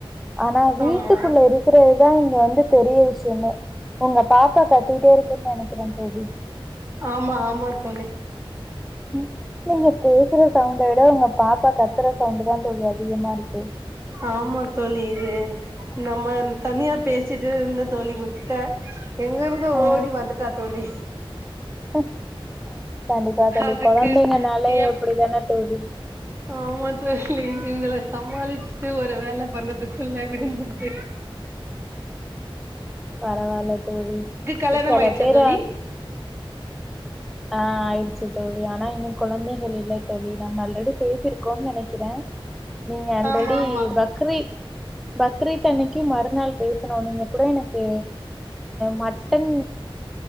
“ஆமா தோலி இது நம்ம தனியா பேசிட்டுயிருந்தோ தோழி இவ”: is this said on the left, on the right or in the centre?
Right